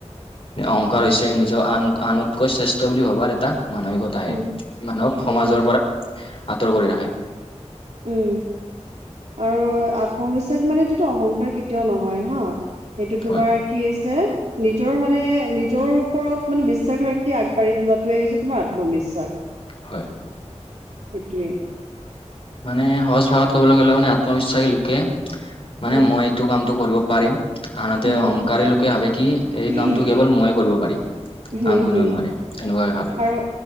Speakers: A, on the left; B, on the right.
A: অহংকাৰ হৈছে নিজৰ আন আনতকৈ শ্ৰেষ্ঠ বুলি ভবাৰ এটা মানসিকতা আহে
B: উম
A: মানুহক
B: উম
A: সমাজৰ পৰা আঁতৰ কৰি ৰাখে
B: উম আৰু আত্মবিশ্বাস মানেটোতো অহংকাৰ কেতিয়াও নহয় হা সেইটো তোমাৰ
A: হয়
B: কি আ হৈছে নিজৰ মানে নিজৰ ওপৰত মানে বিশ্বাস ৰাখি আগবাঢ়ি যোৱাটোৱে হৈছে তোমাৰ আত্মবিশ্বাস
A: হয়
B: সেইটোৱে
A: মানে সহজ ভাষাত কবলৈ গ'লে মানে আত্মবিশ্বাসী লোকে মানে
B: উম
A: মই এইটো কামটো কৰিব পাৰিম আনহাতে
B: উম
A: অহংকাৰী লোকে ভাবে কি এই
B: হম
A: কামটো কেৱল মই কৰিব পাৰিম
B: হম
A: আন কোনেও
B: হুম
A: নোৱাৰে এনেকুৱাই ভাবে
B: আৰু